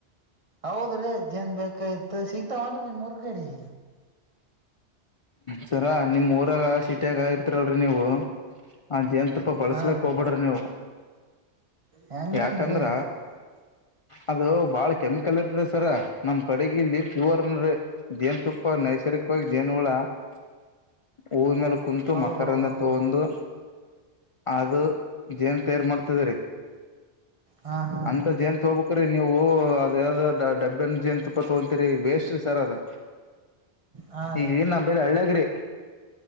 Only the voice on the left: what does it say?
ಸರ ನಿಮ್ ಊರಾಗ ಸಿೀಟಿಯಾಗ ಇರ್ತರಿವ್ರಿ ನೀವು ಅ ಜ ತಪ್ಪ ಬಳಸ್ಲಕ್
ಹೋಗ್ಬಿಡ್ರಿ ನೀವು
ಯಾಕಂದ್ರ
ಅದು ಬಾಳ ಕೆಮಿಕಲ್ ಇರ್ತರಿ ಸರ ನಮ್ ಕಡೆಗಿಲ್ಲಿ ಪ್ಯೂರ್ ಅನ್ ಜೇನ್ ತುಪ್ಪ ನೈಸರ್ಗ ಜನು ಹ ಮ ಕುಂತು
ಮಕರನ್ನು ತಗಂದು ಅದು ಜೇನ್ ತಯಾರು ಮಾಡ್ತದರಿೀ
ಅಂತ ಜೇಂತು ಹೋಗಬಕ್ರೀ ನೀವು ಅದ ಯಾವ ಡಬ್ಬನ್ ಜೇಂತು ಇಪ್ಪ ತಗಂತರಿ ವೇಸ್ ಸರ್ ಅದ
ಈಗ ಏನ್ ನಮ್ಮ ಬೇ ಹಳ್ಳಗ್ರಿ